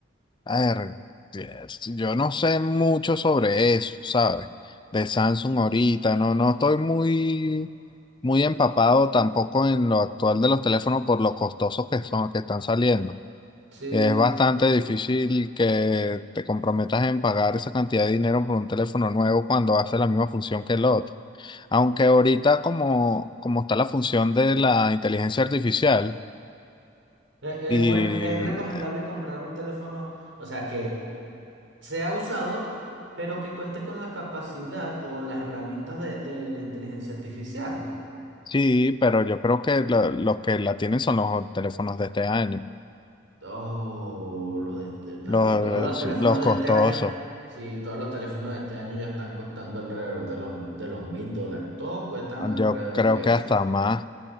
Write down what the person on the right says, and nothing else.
Sí,
sí.
E- Es,
bueno, es recomendable comprar un teléfono, o sea, que sea usado, pero que cuente con la capacidad o las herramientas de, de la inteligencia artificial.
Todos los de este- na-
y todos los teléfonos
de este año, sí, todos los teléfonos de este año ya están costando alrededor de los, mi- de los mil dólares. Todos cuestan alrededor
de
eso.